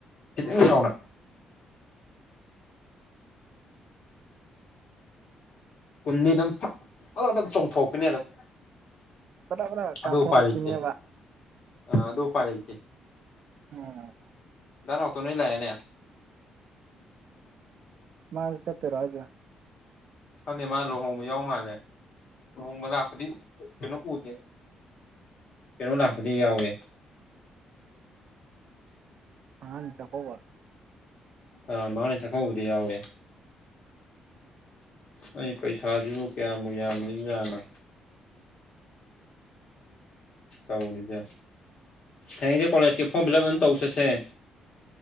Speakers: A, on the left; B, on the right.
A: ꯈꯤꯇꯤꯡ ꯆꯥꯎꯅ ꯀꯨꯟꯗꯤ ꯑꯗꯨꯝ ꯐ ꯐꯠꯂꯥꯎ ꯆꯣꯡꯊꯣꯛꯄꯤꯅꯦ ꯑꯗꯨꯝ
B: ꯕꯔꯥ ꯕꯔꯥ ꯀꯥꯞꯊꯣꯔꯛꯄꯤꯅꯦꯕ
A: ꯑꯗꯣ ꯎꯄꯥꯏ ꯂꯩꯇꯦ ꯑꯥ ꯑꯗꯨ ꯎꯄꯥꯏ ꯂꯩꯇꯦ
B: ꯎꯝ
A: ꯗꯥ ꯅꯥꯎꯇꯣꯟ ꯍꯣꯏ ꯂꯥꯛꯑꯦꯅꯦ
B: ꯃꯥꯁꯨ ꯆꯠꯇꯣꯏꯔꯣ ꯍꯥꯏꯁꯦ
A: ꯈꯪꯗꯦ ꯃꯥ ꯂꯨꯍꯣꯡꯕ ꯌꯥꯎ ꯃꯥꯜꯂꯦ ꯂꯨꯍꯣꯡꯕ ꯂꯥꯛꯄꯗꯤ ꯀꯩꯅꯣ ꯎꯗꯦ ꯀꯩꯅꯣ ꯂꯥꯛꯄꯗꯤ ꯌꯥꯎꯋꯦ
B: ꯃꯉꯥꯅꯤ ꯆꯥꯛꯀꯧꯕ
A: ꯑꯥ ꯃꯉꯥꯅꯤ ꯆꯥꯛꯀꯧꯕꯗꯤ ꯌꯥꯎꯋꯦ
B: <inaudible>
A: ꯑꯩ ꯄꯩꯁꯥꯁꯤꯕꯨ ꯀꯌꯥꯃꯨ ꯌꯥꯝꯃꯤꯖꯅꯣ ꯇꯧꯔꯤꯁꯦ ꯍꯌꯦꯡꯁꯦ ꯀꯣꯂꯦꯖꯀꯤ ꯐꯣꯝ ꯐꯤꯜꯂꯞ ꯑꯟ ꯇꯧꯁꯠꯁꯦ